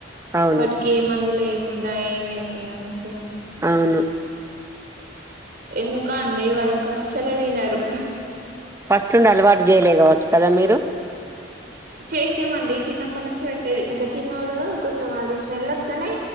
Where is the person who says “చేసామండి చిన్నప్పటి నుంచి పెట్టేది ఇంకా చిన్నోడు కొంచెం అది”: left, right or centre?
Right